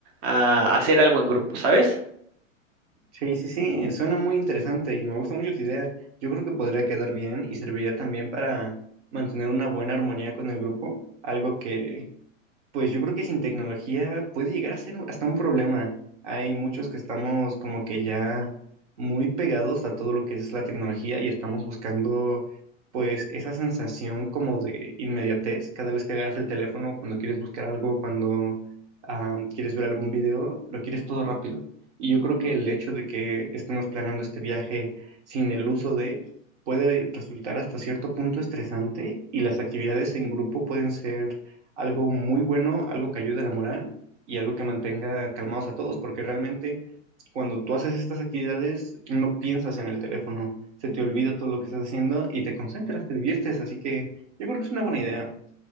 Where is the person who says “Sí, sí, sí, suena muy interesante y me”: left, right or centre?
Right